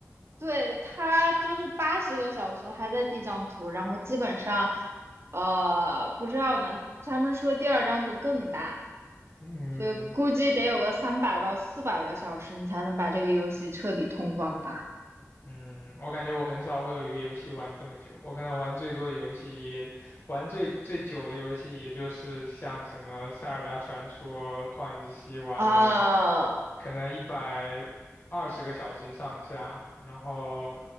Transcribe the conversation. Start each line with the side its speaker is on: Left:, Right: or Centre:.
Right: 对，他就是八十个小时还在第一张图，然后基本上，呃，不知道呢。他们说第二张图更大，
Left: 嗯。
Right: 所以估计得有个三百到四百个小时，你才能把这个游戏彻底通关吧？
Left: 嗯，我感觉我很少会有一个游戏玩这么久，我可能玩最多的游戏也玩最最久的游戏也就是像什么《塞尔达传说》《旷野之息》玩了
Right: 啊、
Left: 可能一百二十个小时上下，然后